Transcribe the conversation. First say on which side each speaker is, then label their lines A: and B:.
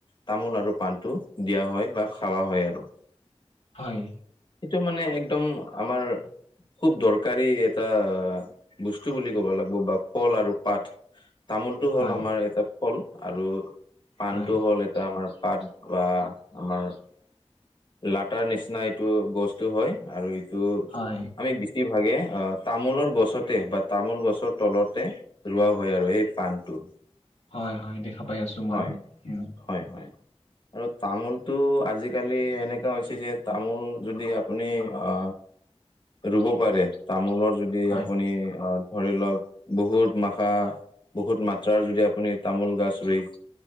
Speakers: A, on the left; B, on the left.
A: তামোল আৰু পাণটো দিয়া হয় বা খাৱা হয় আৰু।
B: হয়।
A: সেইটো মানে একদম আমাৰ খুব দৰকাৰী এটা বস্তু বুলি ক'ব লাগিব বা ফল আৰু পাত তামোলটো হ'ল
B: হয়
A: আমাৰ এটা ফল আৰু পাণটো
B: হয়
A: হ'ল এ টা আমাৰ পাত বা আমাৰ লাটাৰ নিচিনা এইটো গছটো হয় আৰু এইটো
B: হয়
A: আমি বিছ ভাগে অ তামোলৰ গছতে বা তামোল গছৰ তলতে ৰোৱা হয় আৰু সেই পাণটো।
B: হয় হয় দেখা পাই আছোঁ মইও
A: হয়
B: উম।
A: হয় হয়। আৰু তামোলটো আজিকালি এনেকুৱা হৈছে যে তামোল যদি আপুনি অ ৰুব পাৰে তামোলৰ জ এই
B: হয়
A: আপুনি আ ধৰি ল‌ওক বহুত মাখা বহুত মাত্ৰাৰ যদি আ পুনি তামোল গছ ৰুই